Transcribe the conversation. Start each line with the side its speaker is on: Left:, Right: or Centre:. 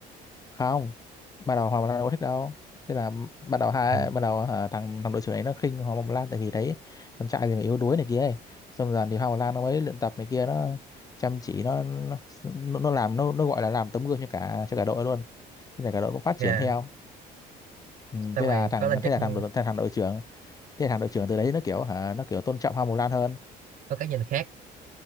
Left: không ban đầu Hoàng Mông Lan đâu có thích đâu thế là ban đầu hai
Right: ừ.
Left: ban đầu hả, thằng thằng đội trưởng ấy nó khinh Hoàng Mông Lan tại vì thấy con trai thì mà yếu đuối này kia ấy xong dần thì Hoàng Mông Lan nó mới luyện tập này kia nó chăm chỉ nó nó, nó làm nó nó gọi là làm tấm gương cho cả cho cả đội luôn thế là cả đội cũng phát
Right: yeah.
Left: triển theo ừ,
Right: xong
Left: thế
Right: rồi
Left: là thằng
Right: có lên chức
Left: thế là
Right: ừ,
Left: thằng đội thế là thằng đội trưởng thế là thằng đội trưởng từ đấy nó kiểu hả nó kiểu tôn trọng Hoàng Mông Lan hơn
Right: có cái nhìn khác